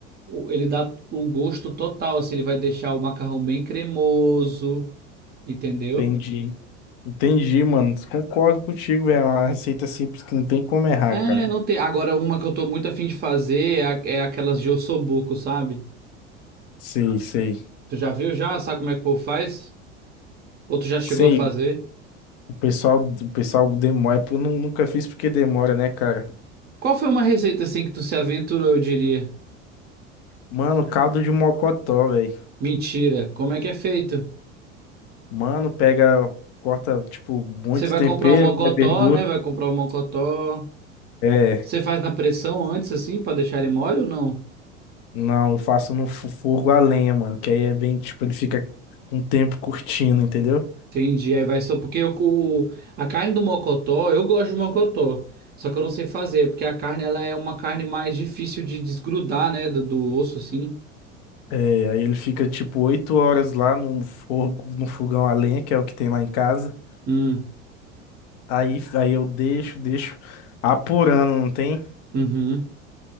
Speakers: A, on the right; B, on the left.
A: o- ele dá o gosto total, assim, ele vai deixar o macarrão bem cremoso, entendeu?
B: entendi. Entendi, mano. Concordo contigo, velho. É uma receita simples que não tem como errar,
A: É,
B: cara.
A: não tem. Agora, uma que eu tô muito afim de fazer é, a- é aquelas de ossobuco, sabe?
B: Sei, sei.
A: Tu já viu já? Sabe como é que o povo faz? Ou tu já
B: Sei,
A: chegou a fazer?
B: o pessoal, o pessoal demora. Eu nu- nunca fiz porque demora, né, cara?
A: Qual foi uma receita assim que tu se aventurou, eu diria?
B: Mano, caldo de mocotó, velho.
A: Mentira. Como é que é feito?
B: Mano, pega, corta, tipo, muito
A: Você vai
B: tempero,
A: comprar o mocotó,
B: né, verdura.
A: né? Vai comprar o mocotó.
B: É,
A: Você faz na pressão antes, assim, pra deixar ele mole ou não?
B: Não, eu faço no fu- fogo a lenha, mano. Que aí é bem, tipo, ele fica um tempo curtindo, entendeu?
A: Entendi. Aí vai só porque eu, o, a carne do mocotó, eu gosto de mocotó. Só que eu não sei fazer, porque a carne ela é uma carne mais difícil de desgrudar, né? Do, do osso, assim.
B: É, aí ele fica tipo oito horas lá no fogo, no fogão a lenha, que é o que tem lá em casa.
A: Hum,
B: Aí, aí eu deixo, deixo apurando, não tem?
A: uhum.